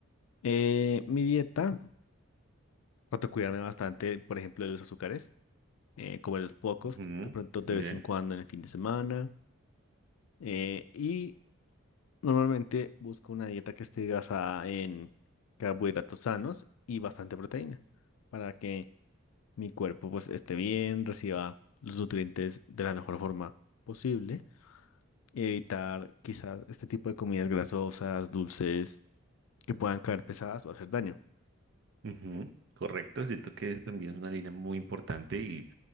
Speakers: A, on the left (about 80°); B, on the right (about 55°).
A: Eh, mi dieta, trato de cuidarme bastante, por ejemplo, de los azúcares, eh, comer los pocos,
B: Ujú,
A: de pronto de
B: muy
A: vez
B: bien.
A: en cuando en el fin de semana. eh, y Normalmente busco una dieta que esté basada en carbohidratos sanos y bastante proteína para que mi cuerpo pues esté bien, reciba los nutrientes de la mejor forma posible y evitar quizás este tipo de comidas grasosas, dulces, que puedan caer pesadas o hacer daño.
B: Ujú, correcto, siento que eso también es una línea muy importante y